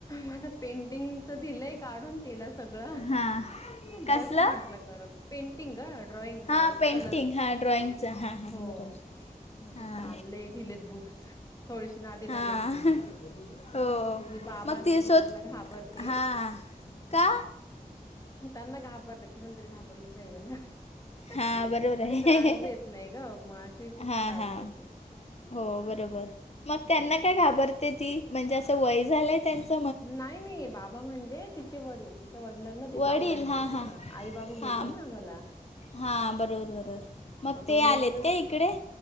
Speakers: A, on the left (about 25°); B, on the left (about 45°).
A: मला पेंडिंगच दिलंय काढून तिला सगळं.
B: हां कसलं
A: बस म्हटलं करत. पेंटिंग का ड्रॉइंग ड्रॉइंग
B: हां पेंटिंग
A: कलर
B: हां ड्रॉइंगचं हां हां
A: हो.
B: बरोबर
A: मग आता
B: हां
A: चाललेय दिलेत बुक्स थोडीशी नादी
B: हां
A: लागेल ती.
B: हो
A: जे बाबा
B: मग
A: असले
B: ती
A: की
B: स्वत
A: त्यांना घाबरते.
B: हा का
A: त्यांना घाबरते कुणाला तरी घाबरलं पाहिजे ना.
B: हा
A: म्हणजे
B: बरोबर आहे
A: त्रास देत नाही ग मशी खूप
B: हा
A: त्रास
B: हा
A: देते.
B: हो बरोबर मग
A: हो
B: त्यांना काय घाबरते ती म्हणजे असं वय झालंय त्यांच.
A: नाही नाही बाबा म्हणजे तिचे वडील तिच्या वडिलांना ती
B: वडील
A: बाबा म्हणते
B: हां हां
A: ना आई बाबा बोलते.
B: हां
A: ना आम्हाला.
B: हां बरोबर बरोबर
A: हा
B: मग
A: दोन
B: ते आलेत
A: दिवस
B: का इकडे.